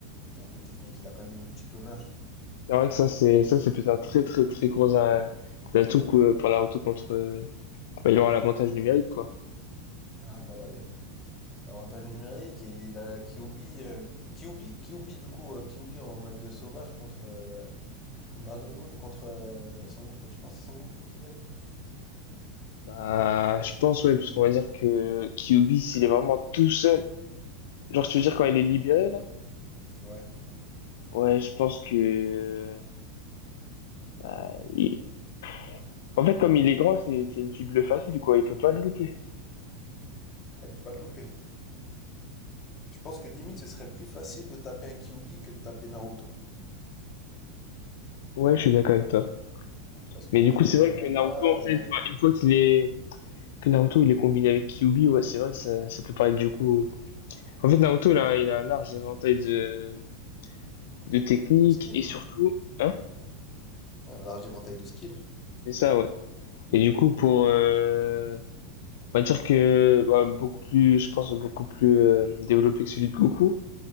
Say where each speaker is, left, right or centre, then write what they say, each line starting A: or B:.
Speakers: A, on the left (about 35°); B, on the left (about 70°).
A: termes de technique, il a quand même le multiclonage.
B: c'est vrai que ça, c'est, ça, c'est peut-être un très, très, très gros euh, atout que, euh, pour Naruto contre, euh, bah, il aura l'avantage numérique, quoi.
A: Ah, bah ouais. L'avantage numérique et il a Kyuubi, euh, Kyuubi, Kyuubi, du coup, euh, Kyuubi en mode de sauvage contre, euh, contre Dragon Ball, contre euh, Sangoku, tu penses que c'est Sangoku qui gagne?
B: Bah, je pense, ouais, parce qu'on va dire que Kyubi, s'il est vraiment tout seul, genre, tu veux dire quand il est libéré, là?
A: Ouais.
B: Ouais, je pense que. Bah, il- En fait, comme il est grand, c'est c'est une cible facile, quoi. Il peut pas le louper.
A: Ah, il peut pas le louper. Je pense que limite ce serait plus facile de taper un Kyuubi que de taper Naruto.
B: Ouais, je suis d'accord avec toi.
A: Parce qu'un
B: Mais du coup, c'est
A: Kamehameha,
B: vrai que Naruto, en
A: euh,
B: fait, enfin, une fois qu'il est. Que Naruto, il est combiné avec Kyubi, ouais, c'est vrai que ça, ça peut paraître du coup. En fait, Naruto, il a, il a un large éventail de, de techniques
A: Le skill.
B: et surtout. Hein?
A: ouais, un large éventail de skill
B: C'est ça, ouais. Et du coup, pour. euh, On va dire que bah, beaucoup plus, je pense, beaucoup plus euh, développé que celui de Goku.